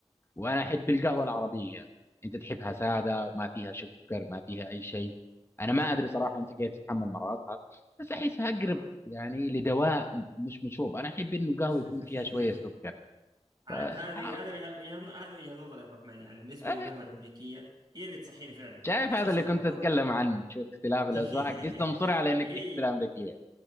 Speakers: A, on the left (about 20°); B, on the right (about 40°).
A: وأنا أحب القهوة
B: اوكي
A: العربية أنت تحبها سادة
B: اه
A: وما فيها سكر ما فيها أي شيء أنا ما أدري
B: اوكي
A: صراحة أنت كيف تتحمل مرارتها بس أحسها أقرب
B: اها
A: يعني لدواء مش مشروب أنا أحب إنه القهوة
B: <laughs>
A: يكون فيها شوية سكر
B: عاد
A: فسبحان
B: هذه
A: الله
B: هذا وجه- وجهة ن- هذا وجهة نظر يا ابو حميد يعني بالنسبة
A: آه،
B: للقهوة الامريكية هي اللي تصحيني فعلا
A: شايف
B: يعني خصوصا
A: هذا اللي
B: لما
A: كنت
B: اكون
A: أتكلم عنه شوف اختلاف الأذواق
B: <laughs>
A: قست مصر على إنك
B: اي
A: تحب الأمريكية